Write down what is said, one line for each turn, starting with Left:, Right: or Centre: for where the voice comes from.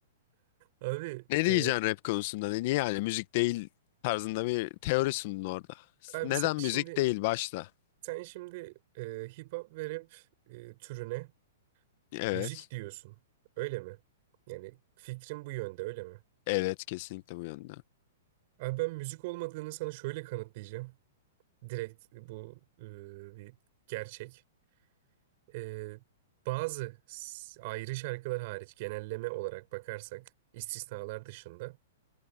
Right: Abi
Left: Ne
Right: e,
Left: diyeceksin rap konusunda? Ne, niye yani müzik değil tarzında bir teori sundun orada.
Right: abi
Left: Neden
Right: sen şimdi
Left: müzik değil başta?
Right: sen şimdi e, hip hop ve rap e, türüne
Left: Evet.
Right: müzik diyorsun. Öyle mi? Yani fikrin bu yönde öyle mi?
Left: Evet kesinlikle bu yönde.
Right: Abi ben müzik olmadığını sana şöyle kanıtlayacağım. Direkt bu e, bir gerçek. Ee, bazı s- ayrı şarkılar hariç genelleme olarak bakarsak istisnalar dışında